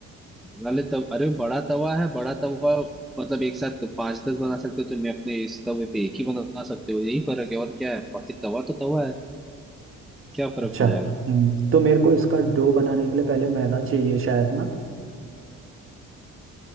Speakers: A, in the centre; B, on the right.
A: वाले तब अरे बड़ा तवा है बड़ा तवा मतलब एक साथ तो पांच दस बना सकते हो तुम अपने इस तवे पे एक ही बना सकते हो यही फर्क है और क्या है बाकी तवा तो तवा है क्या फर्क
B: अच्छा
A: पड़
B: हम्म
A: जाएगा
B: तो मेरे को इसका डो बनाने के लिए पहले मैदा चाहिए शायद ना